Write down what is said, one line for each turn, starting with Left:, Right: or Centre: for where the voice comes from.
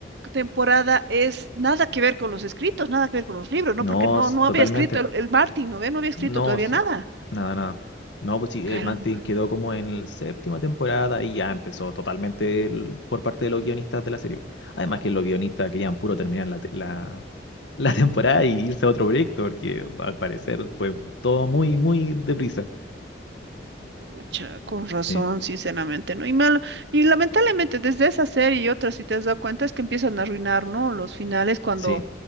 Right: temporada es nada que ver con los escritos, nada que ver con los libros, ¿no?
Left: No,
Right: Porque no,
Left: s-
Right: no
Left: totalmente.
Right: había escrito el, el Martin, ¿no ve? No había escrito
Left: No,
Right: todavía
Left: sí.
Right: nada.
Left: Nada, nada. No, pues sí,
Right: Caramba.
Left: eh, Mantin quedó como en la séptima temporada y ya empezó totalmente el- por parte de los guionistas de la serie. Además que los guionistas querían puro terminar la, te- la, <laughs> la temporada y irse a otro proyecto, porque al parecer fue todo muy, muy deprisa.
Right: Pucha, con razón,
Left: Sí,
Right: sinceramente, ¿no? Y mal, y lamentablemente desde esa serie y otras, si te has dado cuenta, es que empiezan a arruinar, ¿no? Los finales cuando
Left: sí.